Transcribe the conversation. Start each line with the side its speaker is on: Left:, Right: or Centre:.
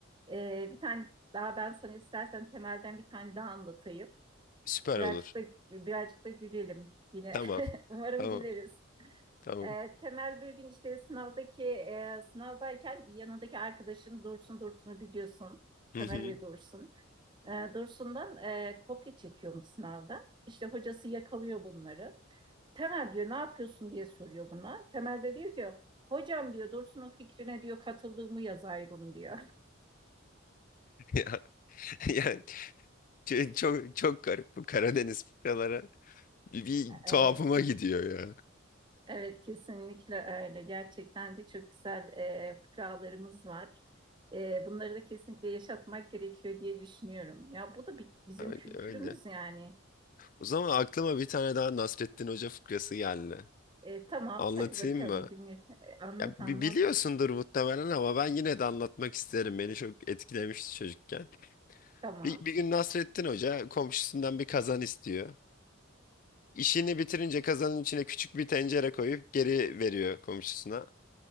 Right: E, bir tane daha ben sana istersen temelden bir tane daha anlatayım.
Left: Süper
Right: Birazcık
Left: olur.
Right: da birazcık da gülelim yine.
Left: Tamam
Right: <laughs> Umarım
Left: tamam
Right: güleriz.
Left: tamam.
Right: Ee, Temel bir gün işte sınavdaki e, sınavdayken yanındaki arkadaşın Dursun Dursun'u biliyorsun.
Left: Hı
Right: Temel
Left: hı.
Right: ve Dursun. Ee, Dursun'dan e, kopya çekiyormuş sınavda. İşte hocası yakalıyor bunları. Temel diyor ne yapıyorsun diye soruyor buna. Temel de diyor ki hocam diyor Dursun'un fikrine diyor katıldığımı yazayım diyor. <laughs>
Left: <laughs> Ya, yani ç- çok çok garip bu Karadeniz fıkraları bir, bir tuhafıma
Right: Ee,
Left: gidiyor ya.
Right: Evet kesinlikle öyle. Gerçekten de çok güzel e, fıkralarımız var. E, bunları da kesinlikle yaşatmak gerekiyor diye düşünüyorum. Ya bu da bi- bizim
Left: Öyle.
Right: kültürümüz
Left: öyle.
Right: yani.
Left: O zaman aklıma bir tane daha Nasrettin Hoca fıkrası geldi.
Right: E, tamam
Left: Anlatayım
Right: hadi bakalım
Left: mı?
Right: dinle. E, anlat
Left: Ya bi-
Right: anlat.
Left: biliyorsundur muhtemelen ama ben yine de anlatmak isterim. Beni
Right: E,
Left: çok etkilemişti çocukken.
Right: Tamam.
Left: Bir, bir gün Nasrettin Hoca komşusundan bir kazan istiyor. İşini bitirince kazanın içine küçük bir tencere koyup geri veriyor komşusuna.